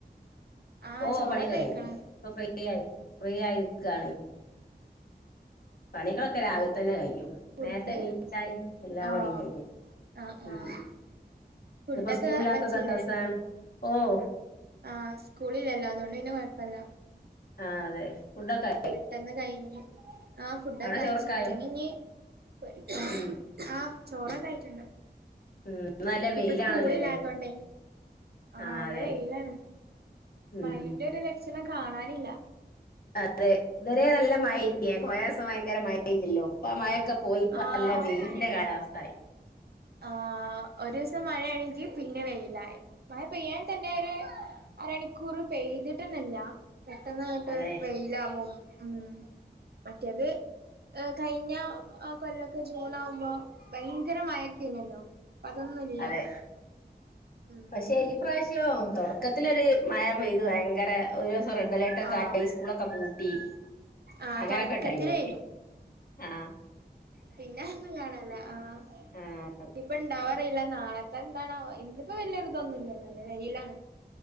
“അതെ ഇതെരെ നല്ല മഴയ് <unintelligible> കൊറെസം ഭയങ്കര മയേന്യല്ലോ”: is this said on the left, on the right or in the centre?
Left